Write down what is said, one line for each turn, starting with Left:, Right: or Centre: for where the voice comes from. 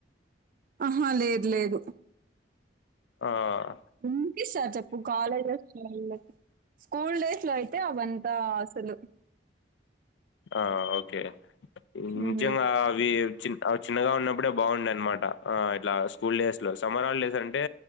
Right: ఆహా లేద్ లేదు
Left: ఆహా
Right: ఉంకిస్తార్ చెప్పు కాలేజస్ల లో స్కూల్ డేస్లో అయితే అవంతా అసలు.
Left: ఆ ఓకే
Right: మ్మ్
Left: నిజంగా అవి చిన్ అవి చిన్నగా ఉన్నప్పుడే బావుండే అన్మాట. ఆ ఇట్లా స్కూల్ డేస్ లో, సమ్మర్ హాలిడేస్ అంటే,